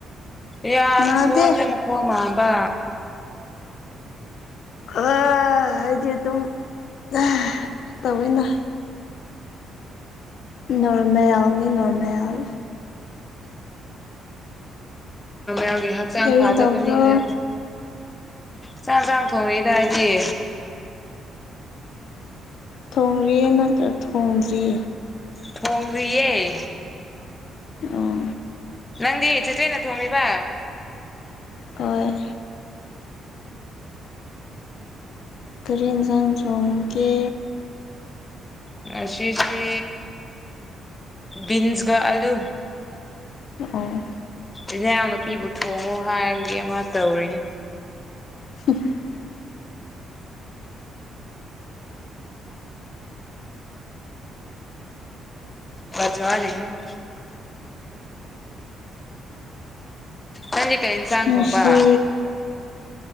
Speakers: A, on the left; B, on the left.
A: ꯌꯥ
B: ꯅꯥꯗꯦ
A: ꯁꯣꯟꯕꯩ ꯃꯈꯣꯟ ꯃꯥꯟꯕ
B: ꯑꯥ ꯑꯩꯗꯤ ꯑꯗꯨꯝ ꯍꯥ ꯇꯧꯋꯤꯅ ꯅꯣꯔꯃꯦꯜꯅꯤ ꯅꯣꯔꯃꯦꯜ
A: ꯅꯪꯒꯤ ꯍꯛꯆꯥꯛ
B: ꯀꯔꯤ
A: ꯐꯥꯗꯕꯅꯤ
B: ꯇꯧꯕ꯭ꯔꯣ
A: ꯍꯥꯏꯔꯁꯨ ꯆꯥꯛ ꯆꯥꯛ ꯊꯣꯡꯔꯤꯗ ꯑꯩꯗꯤ
B: ꯊꯣꯡꯔꯤ ꯅꯠꯇ꯭ꯔ ꯊꯣꯡꯗ꯭ꯔꯤ
A: ꯊꯣꯡꯗ꯭ꯔꯤꯌꯦ
B: ꯑꯣ
A: ꯅꯪꯗꯤ ꯆꯤꯆꯦꯅ ꯊꯣꯡꯂꯤꯕ
B: ꯍꯣꯏ ꯀꯔꯤ ꯌꯦꯟꯁꯥꯡ ꯆꯣꯡꯒꯦ
A: ꯉꯁꯤꯁꯦ ꯕꯤꯟꯁ ꯀ ꯑꯂꯨ
B: ꯑꯣ
A: ꯏꯅꯥꯎ ꯅꯨꯄꯤꯕꯨ ꯊꯣꯡꯉꯣ ꯍꯥꯏꯕꯒꯤ ꯑꯃ ꯇꯧꯔꯤꯌꯦ
B: <inaudible>
A: ꯕꯖꯥꯠ ꯍꯥꯏꯅꯦ ꯅꯪꯗꯤ ꯀꯩ ꯌꯦꯟꯁꯥꯡ
B: ꯉꯁꯤ
A: ꯊꯣꯡꯕ